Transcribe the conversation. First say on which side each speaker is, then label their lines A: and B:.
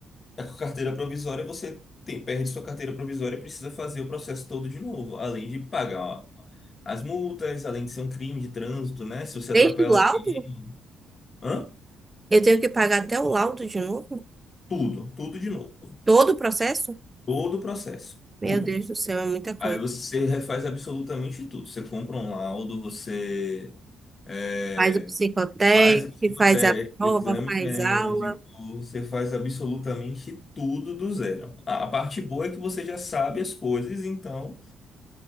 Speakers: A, on the left; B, on the right.
A: tá com carteira provisória, você tem- perde sua carteira provisória e precisa fazer o processo todo de novo, além de pagar as multas, além de ser um crime de trânsito, né? Se você
B: Desde
A: atropela
B: o laudo?
A: alguém, hã?
B: Eu tenho que pagar até o laudo de novo?
A: Tudo, tudo de novo.
B: Todo o processo?
A: Todo o processo,
B: Meu
A: tudo.
B: Deus do céu, é muita coisa.
A: Aí você refaz absolutamente tudo. Você compra um laudo, você eh,
B: Faz o psicotécnico,
A: Faz, eu tive
B: faz
A: até
B: a prova,
A: o exame
B: faz
A: médico,
B: aula.
A: você faz absolutamente tudo do zero. A a parte boa é que você já sabe as coisas, então